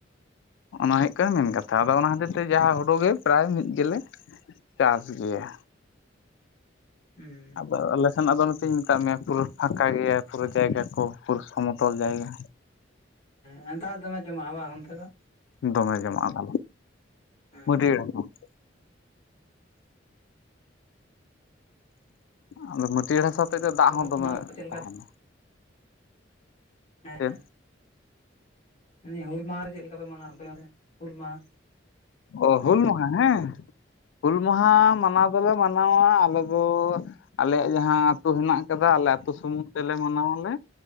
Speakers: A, on the left; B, on the left.
A: ᱚᱱᱟ ᱦᱩᱭᱩᱜ ᱠᱟᱱᱟ ᱢᱮᱱ ᱠᱟᱛᱷᱟ᱾ ᱟᱫᱚ ᱚᱱᱟ ᱦᱚᱛᱮᱡ ᱛᱮ ᱡᱟᱦᱟᱸ ᱦᱳᱲᱳ ᱜᱮ ᱯᱨᱟᱭ ᱢᱤᱫ ᱜᱮᱞᱮ ᱪᱟᱥ ᱜᱮᱭᱟ᱾
B: ᱦᱩᱸ᱾
A: ᱟᱫᱚ ᱟᱞᱮ ᱥᱮᱱᱟᱜ ᱫᱚ ᱱᱚᱛᱮᱧ ᱢᱮᱛᱟᱫ ᱢᱮᱭᱟ ᱯᱩᱨᱟᱹ ᱯᱷᱟᱠᱟ ᱜᱮᱭᱟ ᱯᱩᱨᱟᱹ ᱡᱟᱭᱜᱟ ᱠᱚ ᱯᱩᱨᱟᱹ ᱥᱚᱢᱚᱛᱚᱞ ᱡᱟᱭᱜᱟ᱾
B: ᱦᱮᱸ ᱫᱟᱜ ᱫᱚᱢᱮ ᱡᱚᱢᱟᱜᱼᱟ ᱵᱟᱝ ᱚᱱᱛᱮ ᱫᱚ?
A: ᱫᱚᱢᱮ ᱡᱚᱢᱟᱜᱼᱟ᱾
B: ᱦᱮᱸ
A: <unintelligible> ᱟᱫᱚ ᱢᱟᱹᱴᱭᱟᱹᱲ ᱦᱟᱥᱟ ᱦᱚᱛᱮᱫ ᱛᱮ ᱫᱟᱜ ᱦᱚᱸ
B: ᱦᱩᱞ
A: ᱫᱚᱢᱮ
B: ᱢᱟᱦᱟ ᱫᱚ ᱪᱮᱫ
A: ᱛᱟᱦᱮᱱᱟ᱾
B: ᱦᱮᱸ
A: ᱪᱮᱫ
B: ᱦᱮᱸ᱾ ᱢᱮᱱᱫᱤᱧ ᱦᱩᱞ ᱢᱟᱦᱟ ᱨᱮ ᱪᱮᱫ ᱞᱮᱠᱟ ᱯᱮ ᱢᱟᱱᱟᱣᱟ ᱟᱯᱮ ᱦᱩᱞ ᱢᱟᱦᱟ?
A: ᱚ ᱦᱩᱞ ᱢᱟᱦᱟ? ᱦᱮᱸ ᱦᱩᱞ ᱢᱟᱦᱟ ᱢᱟᱱᱟᱣ ᱫᱚ ᱞᱮ ᱢᱟᱱᱟᱣᱟ ᱟᱞᱮ ᱫᱚ᱾ ᱟᱞᱮᱭᱟᱜ ᱡᱟᱦᱟᱸ ᱟᱹᱛᱩ ᱦᱮᱱᱟᱜ ᱟᱠᱟᱫᱟ ᱟᱞᱮ ᱟᱹᱛᱩ ᱥᱩᱢᱩᱝ ᱛᱮᱞᱮ ᱢᱟᱱᱟᱣᱟᱞᱮ᱾